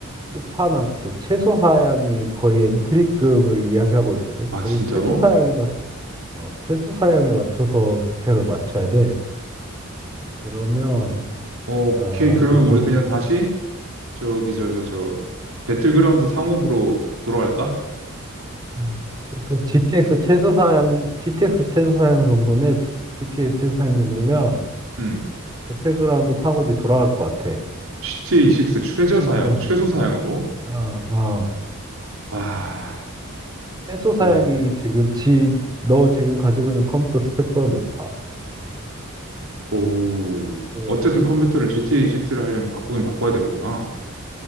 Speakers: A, on the right (about 20°); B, on the right (about 75°).
A: 끝판왕급, 최소 사양이 거의 엔트리급을 이야기하고 있거든.
B: 아,
A: 거의
B: 진짜로?
A: 최소 사양에 맞, 어, 최소 사양에 맞춰서 스펙을 맞춰야 돼. 그러면
B: 어, 오케이.
A: 보자,
B: 그러면
A: 그좀
B: 우리 그냥 다시, 저기, 저, 저, 저, 배틀그라운드 상업으로 돌아갈까?
A: 음. 그러니까 GTX 최소 사양, GTX 최소 사양 정도면 GTX 최소 사양 정도면
B: 응.
A: 배틀그라운드 상업이 돌아갈 것 같아.
B: GTA 6 최저
A: 충분히.
B: 사양, 최소 사양으로?
A: 어, 어.
B: 아,
A: 최소
B: 곤란한데?
A: 사양이 지금 지, 너 지금 가지고 있는 컴퓨터 스펙보다 높아.
B: 오,
A: 그,
B: 어쨌든 컴퓨터를 GTA6를 하려면 바꾸긴 바꿔야 됐구나.